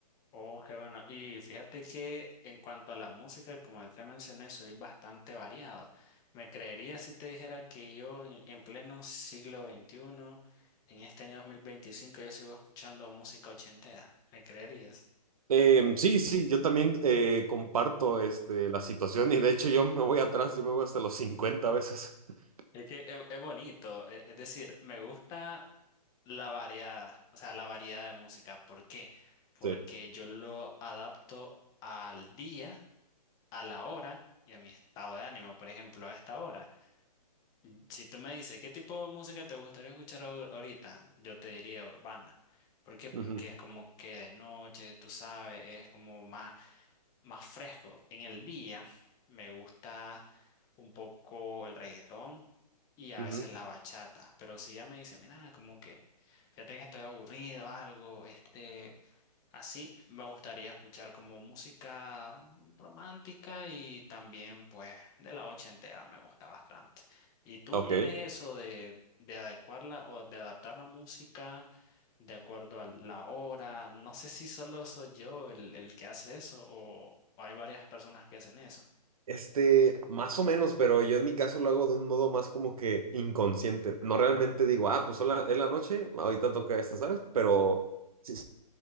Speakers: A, on the left (about 15°); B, on the right (about 55°).
A: oh, qué bueno. Y fíjate que en cuanto a la música, como te mencioné, soy bastante variado. Me creería si te dijera que yo en, en pleno siglo XXI, en este año 2025, yo sigo escuchando música ochentera. ¿Me creerías?
B: Eh, sí, sí, yo también eh, comparto este, la situación y de hecho yo me voy atrás, yo me voy hasta los 50 veces. <laughs>
A: Es que es, es bonito, e- es decir, me gusta la variedad, o sea, la variedad de música. ¿Por qué? Porque
B: Sí.
A: yo lo adapto al día, a la hora y a mi estado de ánimo, por ejemplo, a esta hora. Mm, Si tú me dices, ¿qué tipo de música te gustaría escuchar ahor- ahorita? Yo te diría urbana. ¿Por qué? Porque
B: Ujú,
A: es como que de noche, tú sabes, es como más más fresco. En el día me gusta un poco el reggaetón y a
B: ujú.
A: veces la bachata, pero si ya me dice, mira, como que fíjate que estoy aburrido, algo, este, Así me gustaría escuchar como música romántica y también pues de la ochentera me gusta bastante. ¿Y tú
B: Ok.
A: tienes eso de, de adecuarla o de adaptar la música de acuerdo a la hora? No sé si solo soy yo el, el que hace eso o, o hay varias personas que hacen eso.
B: Este, más o menos, pero yo en mi caso lo hago de un modo más como que inconsciente. No realmente digo, ah, pues sola- es la noche, ahorita toca esto, ¿sabes? Pero sí,